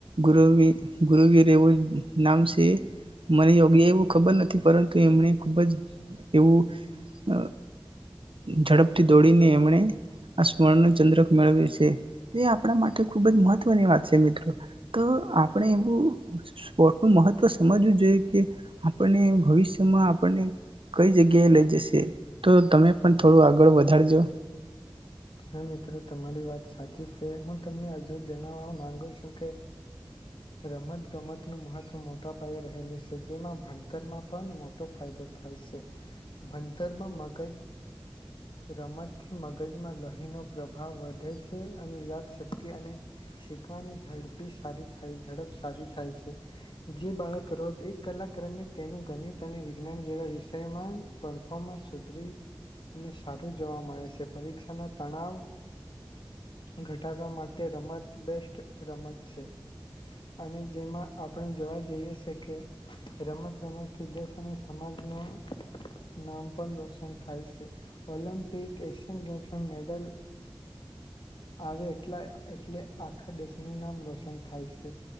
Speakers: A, on the right; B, on the left.
A: ગુર ગુરુવી રેવો નામ સ મને યોગી એવું ખબર નથી, પરંતુ એમણે ખુબ જ એવું અ ઝડપથી દોડીને એમણે આ સ્વર્ણ ચંદ્ર મેળ છે, તે આપણા માટે ખુબ જ મહત્વની વાત છે, મિત્ર તો આપણે એવું સ્પોર્ટ નું મહત્વ સમજવું જોઈએ. કે આપણને ભવિષ્ય મા આપણને કઈ જગ્યાએ લઈ જશે, તો તમે પણ થોડું આગળ વધારજો.
B: હા મિત્રો તમારી વાત સાચી છે, હું તમને હજુ જણાવવા માંગુ છું કે રમત ગમત નું મહત્વ મોટા પાયે રહેલું છે, જેમાં ભણતરમાં પણ મોટો ફાયદો થાય છે, ભણતરમાં મગજ રમતથી મગજમાં લોહીનો પ્રભાવ વધે છે, અને યાદશક્તિ અને શીખવાની ઝડપી સારી થાય ઝડપ સારી થાય છે. જે બાળક રોજ એક કલા ક્રમે તેનું ગણિત અને વિજ્ઞાન જેવા વિષમાં પરફોમન્સ સુધરી, અને સારું જોવા મળે છે પરીક્ષા આના તણાવ ઘટાડવા માટે રમત બેસ્ટ રમત છે. અને જેમાં આપણે જોવા જઈએ છે કે રમત ગમતથી દેશ અને સમાજ નો નામ પણ રોશન થાય છે. ઓલમ્પિક એશિયન ગેમ મેડલ આવે એટલા એટલે આખા દેશનું નામ રોશન થાય છે.